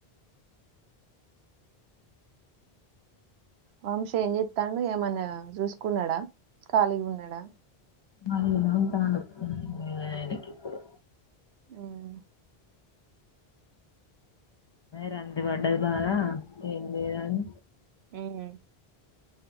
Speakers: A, on the right; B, on the left.
A: వంశి ఏం ఎస్తాడు ఏమన్నా చూసుకున్నాడా ఖాళీగా ఉన్నాడా
B: ఖాళీగా ఉంటాండు లేదు ఆయనకి ఇప్పుడు
A: ఉమ్
B: కంది పడ్డది బాగా ఏం జేయాలె
A: ఉహు